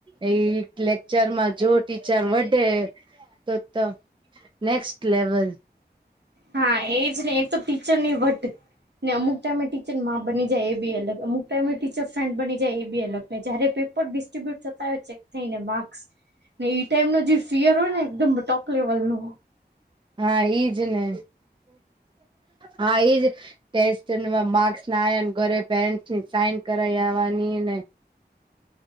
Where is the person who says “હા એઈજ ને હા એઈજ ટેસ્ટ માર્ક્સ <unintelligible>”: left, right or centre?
Right